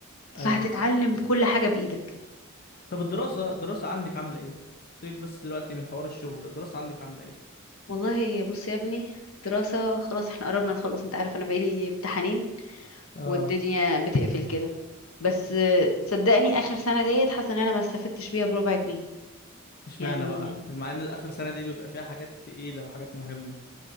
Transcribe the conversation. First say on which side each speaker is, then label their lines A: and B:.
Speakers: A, on the left; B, on the left.
A: فهتتعلم
B: ايوه
A: كل حاجة بإيدك
B: طب الدراسة الدراسة عندك عاملة ايه؟ سيبك بس دلوقتي من حوار الشغل الدراسة عندك عاملة ايه؟
A: والله بص يا ابني دراسة خلاص احنا قربنا نخلص انت عارف انا بقالي امتحانين
B: اه
A: والدنيا بتقفل كده بس آه، صدقني اخر سنة ديت حاسة ان انا ما استفدتش بيها بربع جنيه
B: اشمعنى
A: يعني
B: بقى؟ مع ان اخر سنة دي بيبقى فيها حاجات تقيلة وحاجات مهمة